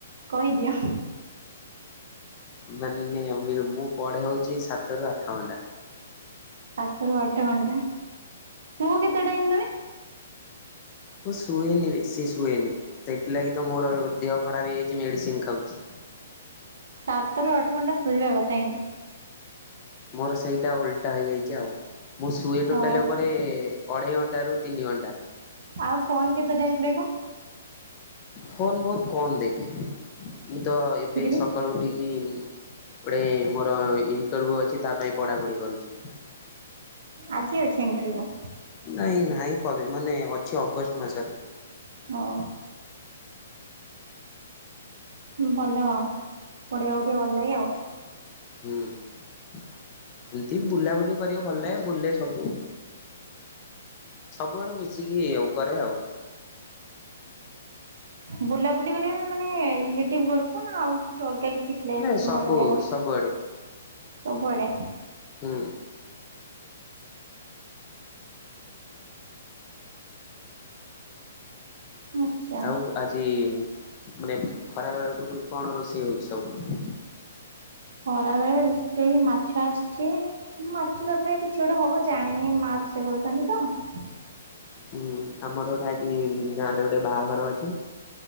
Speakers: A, on the right; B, on the left.
A: କହିଦିଅ।
B: ମାନେ ମୁଇ ମୁଁ ପଢେ ହୋଉଚି ସାତରୁ ଆଠ ଘଣ୍ଟା।
A: ସାତରୁ ଆଠ ଘଣ୍ଟା ଶୁଅ କେତେ ଟାଇମ ତମେ?
B: ମୁଁ ଶୁଏନି ବେଶୀ ଶୁଏନି, ସେଥିଲାଗି ତ ମୋର ଦେହ ଖରାପ ହେଇଯାଇଚି ମେଡିସିନ ଖାଉଚି।
A: ସାତରୁ ଆଠ ଘଣ୍ଟା ଶୋଇବା କଥା କିନ୍ତୁ।
B: ମୋର ସେଇଟା ଓଲଟା ହେଇଯାଇଚି ଆଉ। ମୁଁ ସୁଏ
A: ହଉ
B: ଟୋଟାଲି ଉପରେ ଅଢ଼େଇ ଘଣ୍ଟାରୁ ତିନି ଘଣ୍ଟା।
A: ଆଉ ଫୋନ୍ କେତେ ଟାଇମ୍ ଦେଖ?
B: ଫୋନ୍ ବହୁତ କମ୍ ଦେଖେ। ମୁଁ ତ ଏବେ
A: ଫିର୍ ବି
B: ସକାଳୁ ଉଠିକି ଗୋଟେ ମୋର ଇଣ୍ଟରଭ୍ୟୁ ଅଛି ତା ପାଇଁ ପଢାପଢି କରୁଛି।
A: ଆଜି ଅଛି ଇଣ୍ଟରଭିୟୁ?
B: ନାଇଁ ନାଇଁ ପର୍- ମାନେ ଅଛି ଅଗଷ୍ଟ ମାସରେ।
A: ହଁ। ଭଲ ପଢ଼ିବାକୁ ଟିକେ ଭଲ ଲାଗେ ଆଉ।
B: ହୁଁ। ଏମିତି ବୁଲାବୁଲି କରିବାକୁ ଭଲ ଲାଗେ ବୁଲେ ସବୁ ସବୁଆଡୁ ମିଶିକି ଆଉ କରେ ଆଉ।
A: ବୁଲାବୁଲି କରିବା ମାନେ ରିଲେଟିଭ ଘରକୁ ନା ଆଉ କିଛି ଅଲଗା କିଛି? କିଛି ପ୍ଲେସ୍
B: ମାନେ ସବୁ
A: ଭଲ ଜାଗା?
B: ସବୁଆଡେ
A: ସବୁଆଡ଼େ।
B: ହୁଁ।
A: ଆଚ୍ଛା।
B: ଆଉ ଆଜି ମାନେ ଖରା ବେଳକୁ କଣ ରୋଷେଇ ହଉଛି ସବୁ?
A: ଖରାବେଳେ ରୋଷେଇ ମାଛ ଆସିଛି ମାଛ ତରକାର କିଛି ଗୋଟେ ହବ ଜାଣିନି ମା ରୋଷେଇ କରୁଛନ୍ତି ତ।
B: ହୁଁ ଆମର ଗୋଟେ ଆଜି ଗାଁରେ ଗୋଟେ ବାହାଘର ଅଛି